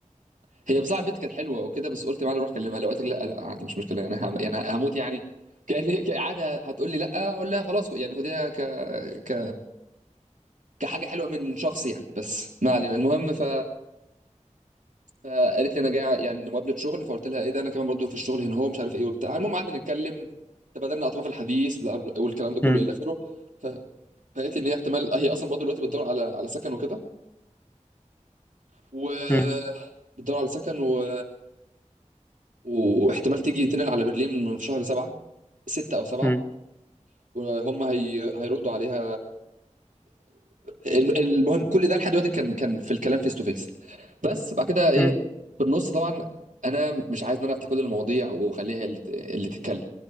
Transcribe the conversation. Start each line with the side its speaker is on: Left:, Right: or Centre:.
Right: وهي بصراحه البنت كانت حلوه وكده بس قلت معلم روح كلمها لو قالت لك لا لا عادي مش مشكله يعني هم... يعني هموت يعني <laughs> كان عادي هتقول لي لا اقول لها خلاص يعني خديها ك... ك كحاجه حلوه من شخص يعني بس ما علينا المهم ف فقالت لي انا جاي يعني مقابله شغل فقلت لها ايه ده انا كمان برضو في الشغل هنا هو مش عارف ايه وبتاع المهم قعدنا نتكلم تبادلنا اطراف الحديث بلا- بلا- والكلام ده كله
Left: مم.
Right: الى اخره ف... فقالت لي ان هي احتمال هي اصلا برضو دلوقتي بتدور على على سكن وكده و
Left: مم.
Right: بتدور على سكن و... واحتمال تيجي تنقل على برلين في شهر سبعة ستة او سبعة
Left: مم.
Right: وهم هي... هيردوا عليها الم- المهم كل ده لحد دلوقتي كان كان في الكلام فيس تو فيس بس بعد كده ايه
Left: مم.
Right: في النص طبعا انا مش عايز ان انا افتح كل المواضيع واخليها هي اللي ت- اللي تتكلم